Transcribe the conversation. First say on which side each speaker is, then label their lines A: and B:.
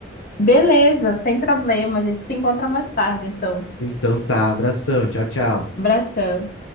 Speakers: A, on the left (about 50°); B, on the left (about 70°).
A: Beleza, sem problema. A gente se encontra mais tarde, então.
B: Então tá, abração, tchau, tchau.
A: Abração.